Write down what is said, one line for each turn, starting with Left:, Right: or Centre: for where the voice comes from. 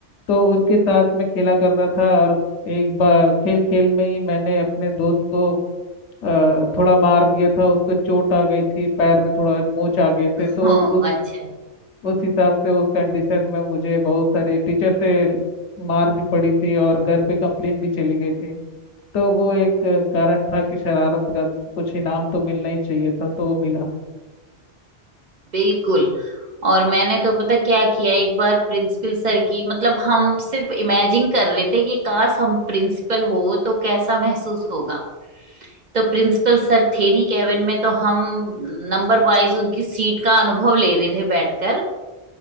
Left: तो उनके साथ मैं खेला करता था और एक बार खेल खेल में ही मैंने अपने दोस्त को अ, थोड़ा मार दिया था उसको चोट आ गई थी पैर में थोड़ा मोच आ गए थे
Right: हो
Left: तो उस
Right: अच्छा
Left: उस हिसाब से उस कंडीशन में मुझे बहुत सारे टीचर से मार भी पड़ी थी और घर पे कंप्लेन भी चली गई थी तो वो एक अ, कारण था कि शरारत का कुछ इनाम तो मिलना ही चाहिए था तो वो मिला
Right: बिल्कुल और मैंने तो पता क्या किया एक बार प्रिंसिपल सर की मतलब हम सिर्फ इमेजिन कर रहे थे कि काश हम प्रिंसिपल हो तो कैसा महसूस होगा तो प्रिंसिपल सर थे नहीं कैबिन में तो हम नंबर वाइज उनकी सीट का अनुभव ले रहे थे बैठकर